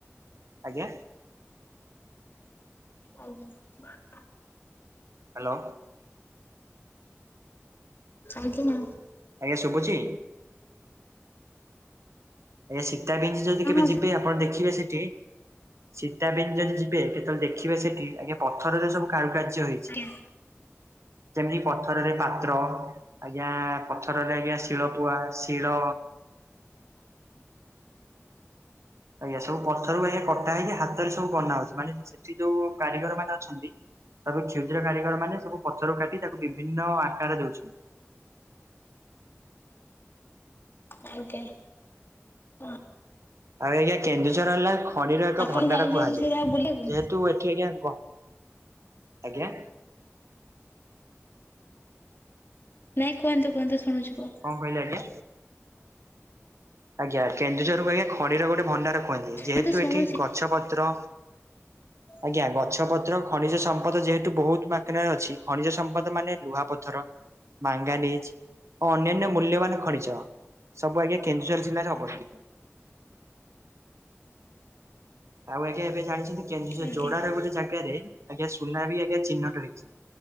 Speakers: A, on the right; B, on the left.
A: ଆଜ୍ଞା।
B: <unintelligible>
A: ହ୍ୟାଲୋ।
B: ଆଜ୍ଞା ମ୍ୟାମ୍।
A: ଆଜ୍ଞା ଶୁଭୁଚି? ଆଜ୍ଞା ସୀତାବିଞ୍ଜ ଯଦି କେବେ
B: ହଁ
A: ଯିବେ ଆପଣ ଦେଖିବେ ସେଠି ସୀତାବିଞ୍ଜ ଯଦି ଯିବେ କେତେବେଳେ ଦେଖିବେ ସେଠି ଆଜ୍ଞା ପଥରରେ ସବୁ କାରୁକାର୍ଯ୍ୟ ହେଇଚି।
B: ଆଜ୍ଞା
A: ଯେମିତି ପଥରରେ ପାତ୍ର ଆଜ୍ଞା ପଥରରେ ଆଜ୍ଞା ଶିଳ ପୁଆ ଶିଳ ଆଜ୍ଞା ସବୁ ପଥରରୁ ଆଜ୍ଞା କଟା ହେଇକି ହାତରେ ସବୁ ବନା ହୋଉଛି ମାନେ ସେଠି ଯୋଉ କାରିଗର ମାନେ ଅଛନ୍ତି। ତାକୁ କ୍ଷୁଦ୍ର କାରିଗର ମାନେ ସବୁ ପଥରକୁ କାଟି ତାକୁ ବିଭିନ୍ନ ଆକାର ଦେଉଛନ୍ତି।
B: ଆଜ୍ଞା ହଁ।
A: ଆଉ ଆଜ୍ଞା କେନ୍ଦୁଝର୍ ହେଲା ଖଣିର ଏକ
B: ଆପଣ
A: ଭଣ୍ଡାର
B: ଯାଇଛନ୍ତି
A: କୁହାଯାଏ
B: ସେଇଟା ବୁଲିବାକୁ?
A: ଯେହେ ତୁ ଏଠି ଆଜ୍ଞା କ ଆଜ୍ଞା
B: ନାଇଁ କୁହନ୍ତୁ କୁହନ୍ତୁ ଶୁଣୁଛି କୁହ?
A: କଣ କହିଲ ଆଜ୍ଞା? ଆଜ୍ଞା କେନ୍ଦୁଝରକୁ ଆଜ୍ଞା ଖଣିର ଗୋଟେ ଭଣ୍ଡାର କୁହନ୍ତି ଯେହେତୁ
B: ମୁଁ ତ ଶୁଣୁଛି।
A: ଏଠି ଗଛ ପତ୍ର
B: <inaudible>
A: ଆଜ୍ଞା ଗଛ ପତ୍ର ଖଣିଜ ସମ୍ପଦ ଯେହେତୁ ବହୁତ୍ ମାତ୍ରା ରେ ଅଛି ଖଣିଜ ସମ୍ପଦ ମାନେ ଲୁହା ପଥର ମାଙ୍ଗାନିଜ୍ ଓ ଅନ୍ୟାନ୍ୟ ମୂଲ୍ୟବାନ ଖଣିଜ ସବୁ ଆଜ୍ଞା କେନ୍ଦୁ ଝର୍ ଜିଲ୍ଲା ରେ ଅବସ୍ଥିତ। ଆଉ ଆଜ୍ଞା ଏବେ ଜାଣିଛନ୍ତି କେନ୍ଦୁଝର
B: ଆଜ୍ଞା
A: ଯୋଡାର ଗୋଟେ ଜାଗାରେ ଆଜ୍ଞା ସୁନା ବି ଆଜ୍ଞା ଚିହ୍ନଟ ହେଇଛି?